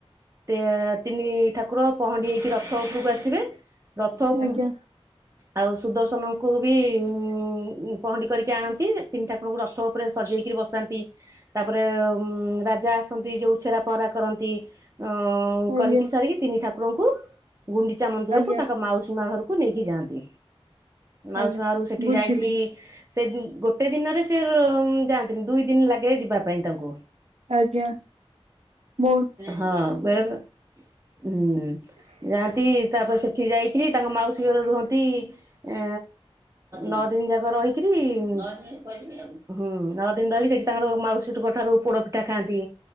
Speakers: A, on the right; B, on the right.
A: ତେ ତିନି ଠାକୁର ପହଣ୍ଡି ହେଇକି ରଥ ଉପରକୁ ଆସିବେ। ରଥକୁ
B: ଆଜ୍ଞା
A: ଆଉ ସୁଦର୍ଶନକୁ ବି ଉ ପହଁଣ୍ଡି କରିକି ଆଣ ନ୍ତି ତିନି ଠାକୁରଙ୍କୁ ରଥ ଉପରେ ସଜେଇକି ବସାନ୍ତି, ତାପରେ ରାଜା ଆସନ୍ତି ଯୋଉ ଛେରା ହରା କରନ୍ତି। ଅ
B: ଆଜ୍ଞା।
A: କରିକି ସାରିକି ତିନି ଠାକୁରଙ୍କୁ ଗୁଣ୍ଡିଚା ମନ୍ଦିରକୁ
B: ଆଜ୍ଞା
A: ତାଙ୍କ ମାଉସୀ ମା ଘରକୁ ତାକୁ ନେଇକି ଯାଆନ୍ତି, ମାଉସି
B: ଆଜ୍ଞା
A: ମା ଘରୁ ସେଠି
B: ବୁଝିଲି
A: ଯାଇକି ସେ ଗୋଟେ ଗୋଟେ ଦିନରେ ସେ ଯାଆନ୍ତିନି ଦୁଇ ଦିନ ଲାଗେ ଯିବା ପାଇଁ ତାଙ୍କୁ।
B: ଆଜ୍ଞା ମୋ
A: ହଁ ବେଳେବେଳେ ହୁଁ ଯାଆନ୍ତି ତାପରେ ସେ ଏଠି ଯାଇକରି ତାଙ୍କ ମାଉସୀ ଘରେ ରୁହନ୍ତି, ଏ ନଅ ଦିନ ଯାକ ରହିକିରି ହୁଁ ନଅ ଦିନ ରହିକି ସେଠି ତାଙ୍କର ମାଉସୀଙ୍କ ଠାରୁ ପୋଡ ପିଠା ଖାଆନ୍ତି।